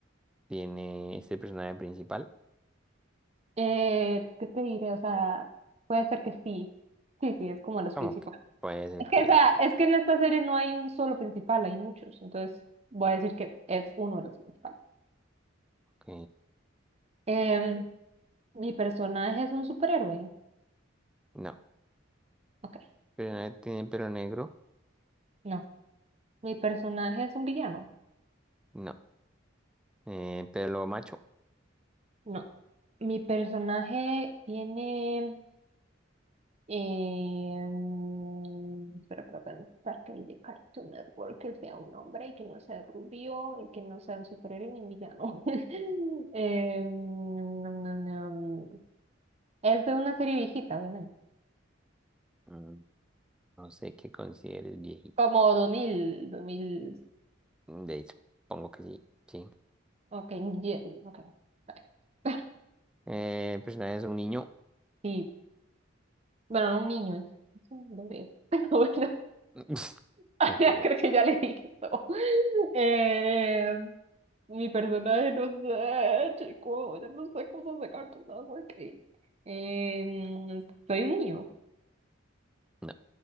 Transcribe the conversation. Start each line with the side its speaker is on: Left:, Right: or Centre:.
Centre: Tiene ese personaje principal.
Right: Eh, ¿qué te diré? O sea, puede ser que sí. Sí, sí, es como los
Centre: ¿Cómo
Right: principales.
Centre: que puede ser
Right: Es que,
Centre: que.
Right: o sea, es que en esta serie no hay un solo principal, hay muchos. Entonces voy a decir que es uno de los principales.
Centre: ok,
Right: Em, ¿Mi personaje es un superhéroe?
Centre: No.
Right: Ok,
Centre: ¿Pero tiene pelo negro?
Right: no. ¿Mi personaje es un villano?
Centre: No. Eh, ¿pelo macho?
Right: No. ¿Mi personaje tiene... Eh, mm, espera, para pensar que hay de Cartoon Network que sea un hombre y que no sea rubio y que no sea un superhéroe ni un villano. <laughs> Eh, mm, nom, nom, nom. Es de una serie viejita, obviamente.
Centre: Mm, No sé qué consideres viejita.
Right: Como 2000, 2005.
Centre: De, supongo que sí. Sí.
Right: Ok, ye- ok. está bien. <laughs>
Centre: Eh, el personaje es un niño.
Right: Sí, Bueno, no un niño, es es un bebé. <laughs> Pero bueno,
Centre: <laughs>
Right: <laughs>
Centre: Ok,
Right: ya creo que ya le dije todo. Eh, mi personaje, no sé, chico, ya no sé cómo sacar tu agua que Eh, soy un niño.
Centre: no. El